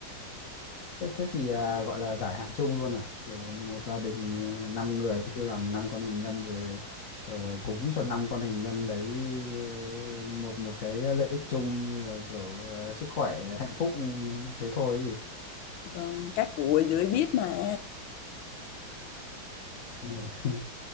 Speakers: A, on the left (about 45°); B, on the left (about 75°).
A: Thế, thế thì à, gọi là giải hạn chung luôn à? Kiểu một gia đình uh, 5 người thì cứ làm 5 con hình nhân rồi ờ, cúng cho 5 con hình nhân đấy ờ, một một cái lợi ích chung là kiểu ờ, sức khỏe, hạnh phúc ừ, thế thôi ấy gì.
B: vâng các cụ ở dưới biết mà
A: Ừ. <laughs>